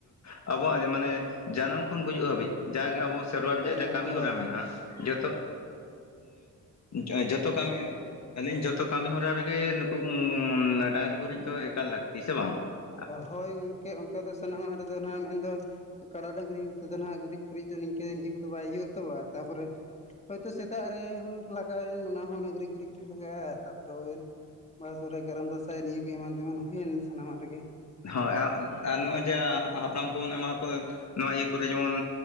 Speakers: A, on the left (about 50°); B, on the left (about 20°).
A: ᱟᱵᱚᱣᱟᱜ ᱢᱟᱱᱮ ᱡᱟᱱᱟᱢ ᱠᱷᱚᱱ ᱜᱩᱡᱩᱜ ᱦᱟᱹᱵᱤᱡ ᱡᱟᱜᱮ ᱟᱵᱚ ᱾ ᱥᱮᱨᱣᱟ ᱨᱮᱭᱟᱜ
B: ᱦᱳᱭ
A: ᱡᱟᱦᱟ
B: ᱜᱚᱝᱠᱮ
A: ᱠᱟᱹᱢᱤ ᱦᱚᱨᱟ
B: ᱦᱳᱭ
A: ᱢᱮᱱᱟᱜᱼᱟ
B: ᱦᱳᱭ
A: ᱡᱚ <inaudible> ᱡᱷᱚᱛᱚ ᱠᱟᱹᱢᱤ ᱾ ᱟᱹᱞᱤᱧ ᱡᱷᱚᱛᱚ ᱠᱟᱹᱢᱤ ᱦᱚᱨᱟ ᱨᱮᱜᱮ ᱱᱩᱠᱩ <inaudible> ᱰᱟᱝᱨᱤ ᱜᱩᱨᱤᱡ ᱫᱚ ᱮᱠᱟᱞ ᱞᱟᱹᱠᱛᱤ ᱥᱮ ᱵᱟᱝ ᱾
B: ᱦᱳᱭ ᱜᱚᱢᱠᱮ ᱚᱱᱠᱟ ᱫᱚ ᱥᱟᱱᱟᱢᱟᱜ ᱨᱮᱫᱚ ᱱᱟᱜ ᱢᱮᱱᱫᱚ ᱾ ᱠᱟᱰᱟ ᱰᱟᱹᱝᱨᱤ ᱛᱮᱫᱚ ᱱᱟᱦᱟᱜ ᱜᱩᱨᱤᱡ ᱜᱩᱨᱤᱡ ᱫᱚ ᱱᱤᱝᱠᱟᱹ ᱱᱤᱠᱟᱹ ᱠᱚᱫᱚ ᱵᱟᱭ ᱦᱩᱭᱩᱜᱼᱟ ᱛᱚ ᱛᱟᱯᱚᱨᱮ ᱾ ᱦᱳᱭᱛᱳ ᱥᱮᱛᱟᱜ ᱨᱮ ᱞᱟᱜᱟᱣᱮᱱ ᱚᱱᱟ ᱰᱟᱝᱨᱤ ᱜᱩᱨᱤᱡ ᱜᱮ ᱞᱟᱜᱟᱜᱼᱟ ᱛᱟᱯᱚᱨᱮ ᱦᱩᱭᱮᱱ ᱾ ᱵᱟᱦᱟ ᱥᱚᱦᱚᱨᱟᱭ ᱠᱟᱨᱟᱢ ᱫᱟᱥᱟᱸᱭ ᱱᱤᱭᱟᱹ ᱠᱚ ᱮᱢᱟᱱ ᱛᱮᱢᱟᱱ ᱦᱩᱭᱮᱱ ᱥᱟᱱᱟᱢᱟᱜ ᱾
A: ᱦᱳᱭ ᱟᱨ ᱱᱚᱜᱼᱚᱭ ᱡᱮ
B: ᱠᱚᱨᱮ ᱦᱚᱸ
A: ᱦᱟᱯᱲᱟᱢ ᱠᱚᱵᱚᱱ ᱮᱢᱟ ᱠᱚ ᱱᱚᱣᱟ ᱤᱭᱟᱹ ᱠᱚᱨᱮ ᱡᱮᱢᱚᱱ